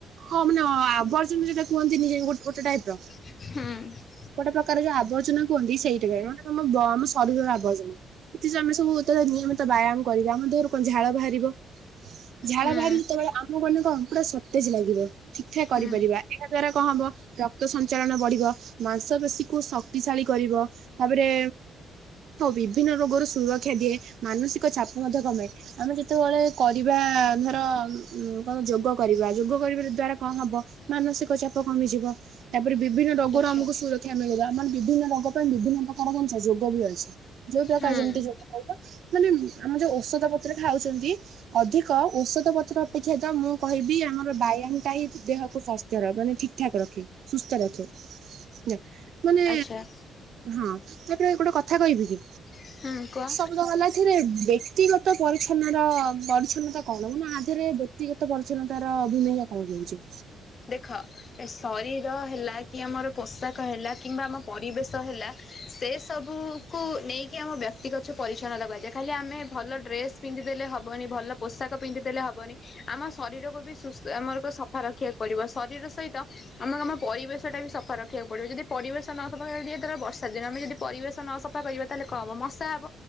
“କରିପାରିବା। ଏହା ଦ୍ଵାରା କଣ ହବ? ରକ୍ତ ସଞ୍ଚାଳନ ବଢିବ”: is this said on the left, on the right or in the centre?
Right